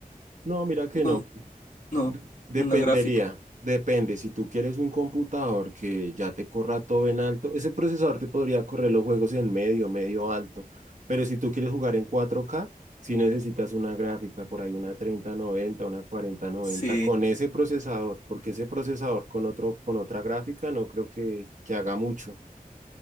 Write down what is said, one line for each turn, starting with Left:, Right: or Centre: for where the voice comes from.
Right: No, mira que
Left: no,
Right: no.
Left: no,
Right: De- Dependería,
Left: una gráfica.
Right: depende. Si tú quieres un computador que ya te corra todo en alto, ese procesador te podría correr los juegos en medio, medio alto. Pero si tú quieres jugar en cuatro k si necesitas una gráfica, por ahí una treinta noventa, una cuarenta noventa,
Left: Sí,
Right: con ese procesador, porque ese procesador con otro, con otra gráfica no creo que, que haga mucho.